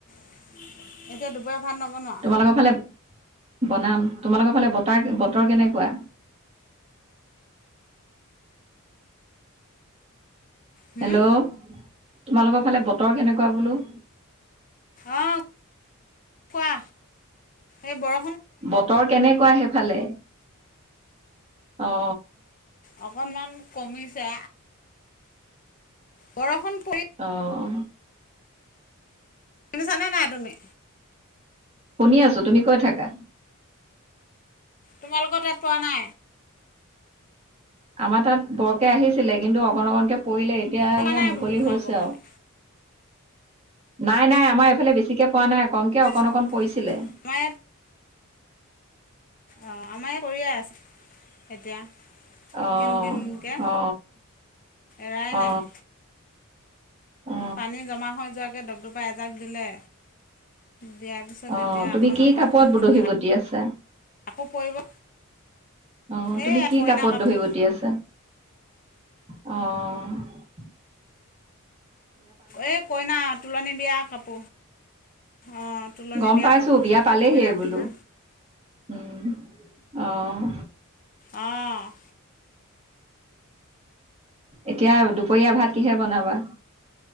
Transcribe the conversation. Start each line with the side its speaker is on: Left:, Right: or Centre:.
Left: এতিয়া দুবৰীয়া ভাত নবনোৱা
Right: তোমালোকৰ ফালে বনাম তোমালোকৰ ফালে বতাৰ বতৰ কেনেকুৱা <inaudible>
Left: হুম
Right: হেল্ল' তোমালোকৰ ফালে বতৰ কেনেকুৱা বোলো
Left: অ কোৱা এই বৰ
Right: বতৰ কেনেকুৱা সেইফালে অ
Left: অকণমান কমিছে বৰষুণ পৰি
Right: অহ
Left: শুনিছানে নাই তুমি
Right: শুনি আছো তুমি কৈ থাকা
Left: তোমালোকৰ তাত পৱা নাই
Right: আমাৰ তাত বৰকে আহিছিলে কিন্তু অকণ অকনকে পৰিলে এতিয়া
Left: পৰা
Right: ইয়া
Left: নাই
Right: মুকলি
Left: বোলো তোমালোকৰ
Right: হৈছে আও
Left: ফালে
Right: নাই নাই আমাৰ এইফালে বেছিকে পৱা নাই কমকে অকণ
Left: অঁ
Right: অকণ পৰিছিলে
Left: আমাৰ অ আমাৰ ইয়াত পৰিয়ে আছে এতিয়া
Right: অ
Left: কিনকিনকে
Right: অ
Left: এৰাই
Right: অ
Left: নাই।
Right: অ
Left: পানী জমা হৈ যোৱাকে দবদপা এজাক দিলে। দিয়াৰ পিছত
Right: অ',
Left: এতিয়া
Right: তুমি
Left: অকণ
Right: কি
Left: আকৌ
Right: কাপোৰত
Left: কিন কিনকৈ
Right: দহি বটি আছা?
Left: আকৌ পৰিব।
Right: অ', তুমি
Left: এই
Right: কি
Left: কইনা
Right: কাপোৰত
Left: কাপোৰ
Right: দহি বটি আছা? অঁ।
Left: এই কইনা তোলনী বিয়া কাপোৰ। অঁ তোলনি
Right: গম পাইছো
Left: কাপোৰ
Right: বিয়া
Left: যে
Right: পালেহিয়
Left: কইনা
Right: বোলো।
Left: পিন্ধা
Right: উম, অ'।
Left: অ'।
Right: এতিয়া দুপৰীয়া ভাত কিহে? বনাবা